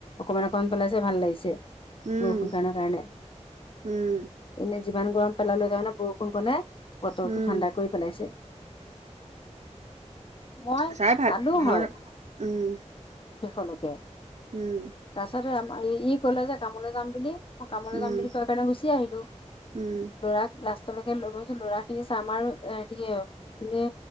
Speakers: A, on the left (about 45°); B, on the right (about 75°).
A: অকমান অকমান পেলাইছে ভাল লাগিছে।
B: উম,
A: বৰষুণ কণৰ কাৰণে
B: উম।
A: এনে যিমান গৰম পেলালেও তাৰমানে বৰষুণ কনে বতৰটো
B: উম
A: ঠাণ্ডা কৰি পেলাইছে। মই
B: চাই ভাল
A: চালো
B: ভাওনা
A: হয়
B: উম
A: শেষলৈকে।
B: উম।
A: তাৰ পাছতে আমৰ ই কলে যে কামলৈ যাম বুলি মই কামলৈ
B: উম
A: যাম বুলি কয় কাৰণে গুচি আহিলো।
B: উম।
A: ল'ৰাক লাষ্টলৈকে লৈ গছো ল'ৰা খিনি চ আমাৰ হেৰিয়ে সিনে